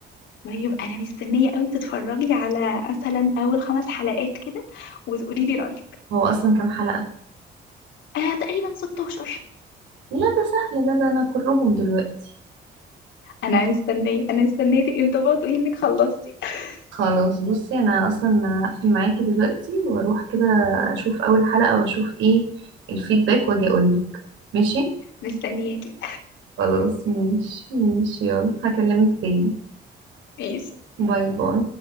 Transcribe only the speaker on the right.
<laughs> هو اصلا كام حلقه
لا ده سهل ده ده انا كرهم دلوقتي
خلاص بصي انا اصلا هقفل معاكي دلوقتي واروح كده اشوف اول حلقة واشوف ايه الفيدباك واجي اقولك ماشي
خلاص ماشي ماشي يلا هكلمك تاني
باي باي